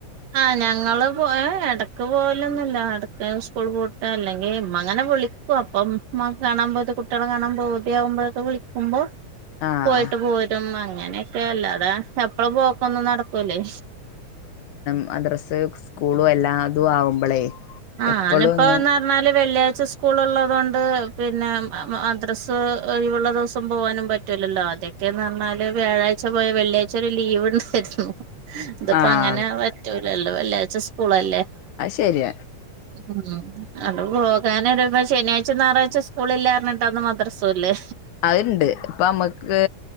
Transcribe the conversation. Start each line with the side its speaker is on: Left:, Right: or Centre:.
Right: ആഹ് ഞങ്ങളും ഏ എ ഇടയ്ക്ക് പോവലൊന്നുല്ല. ഇടക്ക് സ്കൂൾ പൂട്ട് അല്ലെങ്കി ഇമ്മങ്ങനെ വിളിക്കും അപ്പം ഇമ്മാക്ക് കാണാം പൂതി കുട്ട്യാളെ കാണാം പൂതി ആവുമ്പള്ളൊക്കെ വിലിക്കുമ്പോ
Left: ആഹ്
Right: പോയിട്ട് പോരും. അങ്ങനെക്കെ അല്ലാതെ എപ്പളും പോക്കൊന്നും നടക്കൂലേ
Left: മദറ, സ്സ് സ്കൂള് എല്ലാതും ആവുമ്പളേ
Right: ആഹ്
Left: എപ്പളും
Right: ന് ഇപ്പോന്ന്
Left: ഒന്നും
Right: പറഞ്ഞാല് വെള്ളി സ്കൂള് ള്ളതോണ്ട് പിന്നെ മദ്രസ്സ് ഒയ് വ്ള്ള ദിവസം പോകാനും പറ്റുല്ലല്ലോ അതൊക്കേന്ന് പറഞ്ഞാല് വ്യാഴാഴ്ച പോയ വെള്ളിയാഴ്ച ഒരര് ലീവ്ണ്ടാര്ന്നു. ത്പ്പോ
Left: ആഹ്
Right: അങ്ങനെ പറ്റൂലല്ലോ. വെള്ളിയാഴ്ച്ച സ്കൂളല്ലേ
Left: അയ്ശെരി
Right: മ് അത് പോകാന് ഇപ്പ ശനിയാഴ്ച, ഞായറാഴ്ച സ്കൂള് ല്ലാന്ന്പർഞ്ഞിട്ടന്ന് മദ്രസ്വല്ലേ.
Left: അ'ണ്ട് ഇപ്പ നമ്മക്ക്